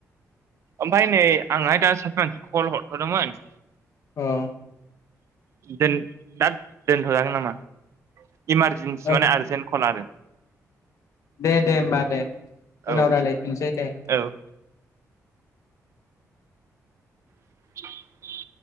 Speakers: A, on the right; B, on the left.
A: ओमफ्राय नै आंहाय दा सासे मानसिखौ कल हरथ'दोंमोन।
B: औ
A: दोन दा दोनथ' जागोन नामा? इमारजेन्सि
B: औ
A: माने आर्जेन्ट कल आरो
B: दे दे होमबा दे
A: औ
B: उनाव रायलायफिनसै दे
A: औ <inaudible>